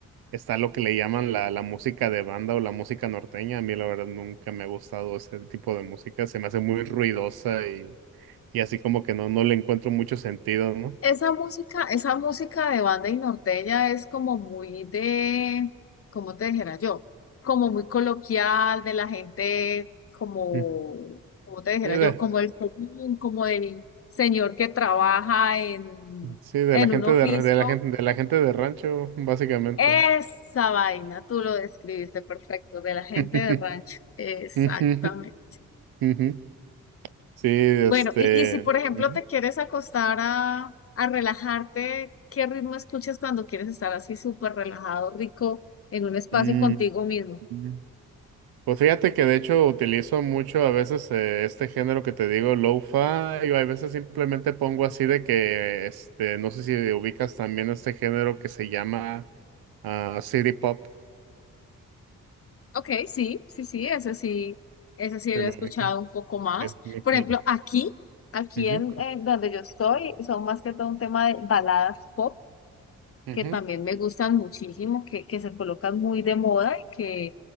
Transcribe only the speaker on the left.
Esa música, esa música de banda y norteña es como muy de, ¿cómo te dijera yo? Como muy coloquial, de la gente, como,
¿cómo te dijera
yo? Como el común, como el señor que trabaja en,
en
un oficio.
Esa vaina, tú lo describiste perfecto, de la gente
de rancho. Exactamente.
Bueno, y, y si por ejemplo
te quieres acostar a, a relajarte, ¿qué ritmo escuchas cuando quieres estar así súper relajado, rico, en un espacio
contigo mismo?
Ok, sí, sí, sí, ese sí, ese sí
lo he
escuchado
un poco más.
Por
ejemplo, aquí, aquí
en, en donde yo estoy, son más que todo un tema de baladas pop,
que también me gustan muchísimo, que, que se colocan muy de moda y que,